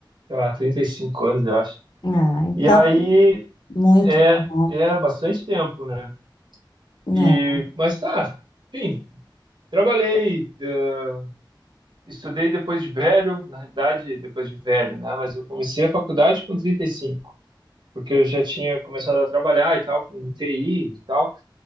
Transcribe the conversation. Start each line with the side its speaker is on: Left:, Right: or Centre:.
Right: sei lá, 35 anos, eu acho.
Left: Ah, então,
Right: E aí
Left: muito
Right: é,
Left: bom,
Right: é bastante tempo, né?
Left: né?
Right: E, mas tá, enfim, trabalhei, eh, estudei depois de velho, na realidade, depois de velho, né? Mas eu comecei a faculdade com 35 porque eu já tinha começado a trabalhar e tal, com TI e tal.